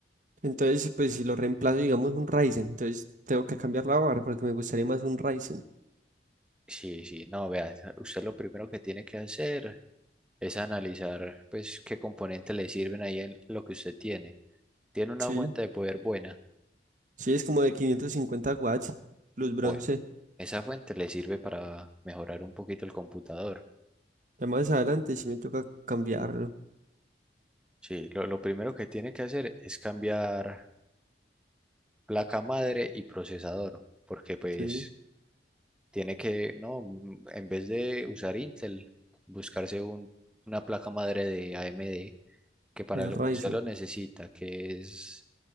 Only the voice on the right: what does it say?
Entonces, pues si lo reemplazo, digamos, un Ryzen, entonces tengo que cambiar la barra porque me gustaría más un Ryzen.
Sí,
sí, es como de 550 watts, luz bronce.
Ya más adelante sí me toca cambiarlo.
Sí,
es
Ryzen.